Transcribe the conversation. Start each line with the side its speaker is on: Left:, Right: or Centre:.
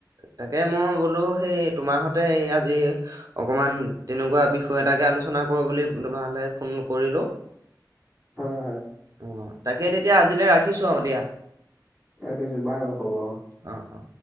Right: তাকে মই ব বলো সেই তোমাৰ হতে আজি অকমান তেনেকুৱা বিষয় এটাকে আলোচনা কৰো বুলি তোমলে ফোন কৰিলো।
Centre: হয় - হয়
Right: অহ ', তাকে তেতিয়া আজিলৈ ৰাখিছো অহ', দিয়া।
Centre: ৰাখেইছো বাৰু হব।
Right: অ অ